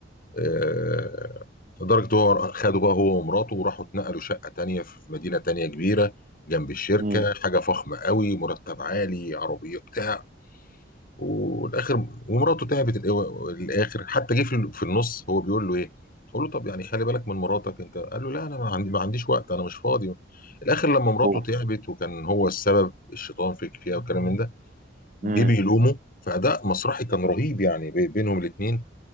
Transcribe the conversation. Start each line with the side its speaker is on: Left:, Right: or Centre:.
Left: آه، لدرجة هو خدوا بقى هو ومراته وراحوا اتنقلوا شقة تانية في مدينة تانية كبيرة جنب الشركة
Right: امم
Left: حاجة فخمة قوي مرتب عالي عربية بتاع والاخر ومراته تعبت الأو- الاخر حتى جه في في النص هو بيقول له ايه قول له طب يعني خلي بالك من مراتك انت قال له لا انا ما عندي ما عنديش وقت انا مش فاضي الاخر لما مراته
Right: اوف
Left: تعبت وكان هو السبب الشيطان فيك فيها والكلام من ده جه
Right: امم
Left: بيلومه فاداء مسرحي كان رهيب يعني بي- بينهم الاثنين